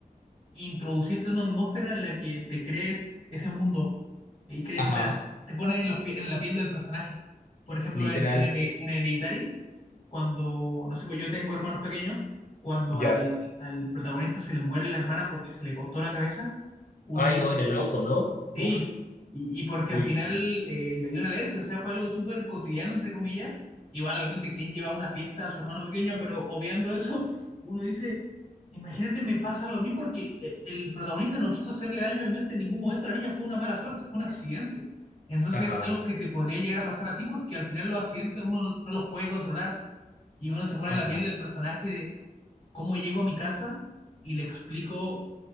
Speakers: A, on the left; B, on the left.
A: introducirte en una atmósfera en la que te crees ese mundo y crees
B: ajá,
A: que estás, te pone en, los pie- en la piel del personaje. Por ejemplo,
B: literal.
A: en, en, Here- en Hereditary, cuando, no sé, pues yo tengo hermanos pequeños, cuando
B: Ya.
A: al, al protagonista se le muere la hermana porque se le cortó la cabeza, uno
B: Ay,
A: dice,
B: no, en el auto, ¿no? Uf,
A: Sí, y, y porque
B: uy.
A: al final eh, le dio una alergia, o sea, fue algo súper cotidiano, entre comillas. Igual, obviamente, ¿quién lleva a una fiesta a su hermano pequeño? Pero obviando eso, uno dice, imagínate, me pasa algo a mí porque eh, el protagonista no quiso hacerle daño, obviamente, en ningún momento a la niña, fue una mala suerte, fue un accidente. Entonces,
B: Ajá,
A: es algo que te podría llegar a pasar a ti porque al final los accidentes uno no los puede controlar y uno se pone
B: ajá.
A: en la piel del personaje de cómo llego a mi casa y le explico